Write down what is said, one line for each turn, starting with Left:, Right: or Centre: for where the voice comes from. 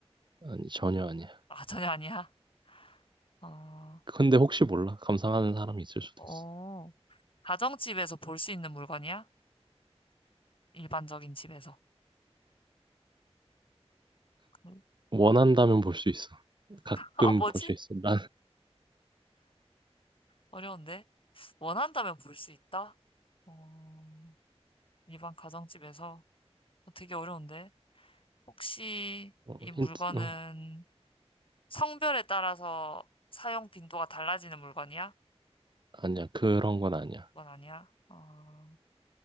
Right: 아니, 전혀 아니야.
Left: 아, 전혀 아니야. 어,
Right: 근데 혹시 몰라. 감상하는 사람이 있을 수도
Left: 어.
Right: 있어.
Left: 가정집에서 볼 수 있는 물건이야? 일반적인 집에서. 음.
Right: 원한다면 볼 수 있어. 가끔
Left: 아, 뭐지?
Right: 볼 수 있어. 난,
Left: 어려운데. 원한다면 볼 수 있다? 어, 일반 가정집에서. 어, 되게 어려운데. 혹시
Right: 어,
Left: 이 물건은
Right: 힌트, 어,
Left: 성별에 따라서 사용 빈도가 달라지는 물건이야?
Right: 아니야. 그런 건 아니야.
Left: 그건 아니야. 어,